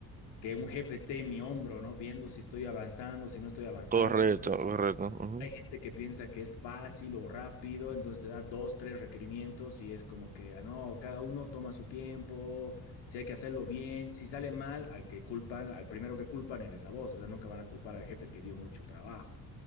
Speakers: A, on the left (about 90°); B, on the right (about 20°).
A: que un jefe esté en mi hombro, ¿no? Viendo si estoy avanzando, si no estoy avanzando
B: Correcto, correcto. ujú,
A: Hay gente que piensa que es fácil o rápido, entonces te da dos, tres requerimientos y es como que, ah, no, cada uno toma su tiempo, si hay que hacerlo bien, si sale mal, al que culpan, al primero que culpan eres a vos, o sea, nunca van a culpar al jefe que dio mucho trabajo.